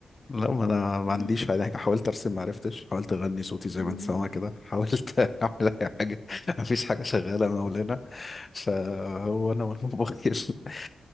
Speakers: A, on the left; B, on the left.
A: لا ما انا ما
B: <laughs>
A: عنديش يعني حاولت ارسم ما عرفتش حاولت اغني صوتي زي
B: أمم،
A: ما انت
B: أمم،
A: سامع كده حاولت <laughs> اعمل اي حاجه ما فيش حاجه شغاله مولانا فهو انا والموبايل <laughs>